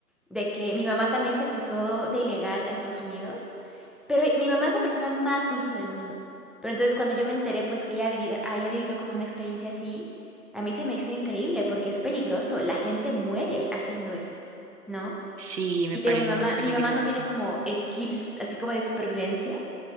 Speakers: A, in the centre; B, on the right.
A: de que mi mamá también se cruzó de ilegal a Estados Unidos Pero eh, mi mamá es la persona más dulce del mundo. Pero entonces cuando yo me enteré pues que ella ha vivido, había vivido como una experiencia así, a mí se me hizo increíble porque es peligroso, la gente muere haciendo eso, ¿no?
B: Sí, me
A: Y
B: parece
A: tengo mi mamá,
B: muy peligroso.
A: mi mamá no tiene como skills así como de supervivencia,